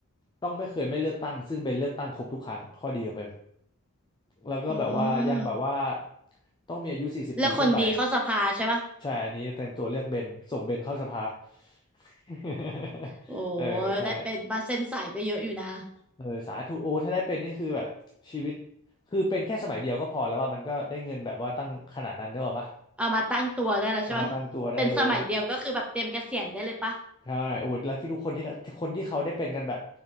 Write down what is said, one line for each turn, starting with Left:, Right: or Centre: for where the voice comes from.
Left: ต้องไม่เคยไม่เลือกตั้งซึ่งเป็นเลือกตั้งครบทุกครั้งข้อดีของเปนแล้วก็แบบว่ายังแบบว่า
Centre: อืม
Left: ต้องมีอายุ40ปีขึ้นไป
Centre: แล้วคนดีเข้าสภาใช่ปะ
Left: ใช่อันนี้เต็มตัวเลือกเบนส่งเบนเข้าสภา <laughs>
Centre: โอ้
Left: เออใช่
Centre: ได้เป็นปะเส้นสายก็เยอะอยู่นะ
Left: เออสาธุโอ้ถ้าได้เป็นนี่คือแบบชีวิตคือเป็นแค่สมัยเดียวก็พอแล้วว่ามันก็ได้เงินแบบว่าตั้งขนาดนั้นเนกอะปะ
Centre: เอามาตั้งตัวได้แล้วใช่ปะเป็นสมัยเดียวก็คือแบบเตรียมเกษียณได้เลยปะ
Left: เอามาตั้งตัวได้เลย ใช่โอ้โหแล้วคิดดูคนที่คนที่เขาได้เป็นกันแบบ